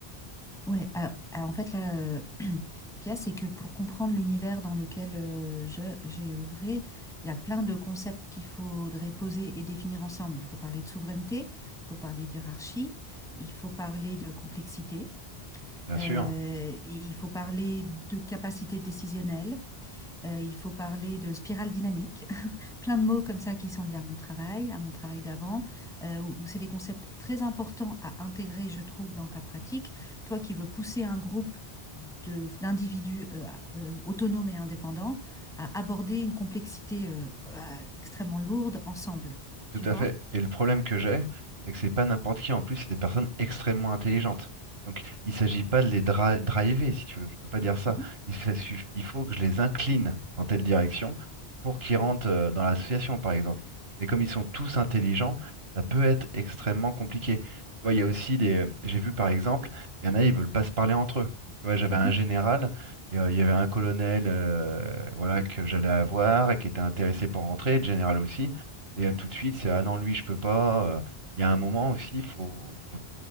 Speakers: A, in the centre; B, on the right.
A: Ouais, euh, alors en fait, là, euh, <clears throat> ce qu'il y a, c'est que pour comprendre l'univers dans lequel euh, je, j'ai œuvré, il y a plein de concepts qu'il faudrait poser et définir ensemble. Il faut parler de souveraineté, il faut parler d'hierarchie, il faut parler de complexité,
B: Bien
A: euh,
B: sûr.
A: et il faut parler de capacité décisionnelle, euh, il faut parler de spirale dynamique, plein de mots comme ça qui sont liés à mon travail, à mon travail d'avant, heu, où où c'est des concepts très importants à intégrer, je trouve, dans ta pratique. Toi qui veux pousser un groupe de d'individus, heu, à euh, autonomes et indépendants à aborder une complexité, heu, ah, extrêmement lourde ensemble,
B: Tout
A: tu
B: à
A: vois?
B: fait. Et le problème que j'ai, c'est que c'est pas n'importe qui. En plus, c'est des personnes extrêmement intelligentes. Donc, il s'agit pas de les dra- driver, si tu veux. Je peux pas dire ça.
A: Mmh
B: Il, se- suff- il faut que je les incline dans telle direction pour qu'ils rentrent euh, dans l'association, par exemple. Mais comme ils sont tous intelligents, ça peut être extrêmement compliqué. Tu vois, il y a aussi les.
A: mh.
B: J'ai vu, par exemple, il y en a, ils veulent pas se parler entre eux. Tu vois, j'avais
A: Mmh.
B: un général et euh, il y avait un colonel, euh, voilà, que j'allais avoir et qui était intéressé pour rentrer, le général aussi. Et euh, tout de suite, c'est ah non, lui, je peux pas. euh. Il y a un moment aussi, faut,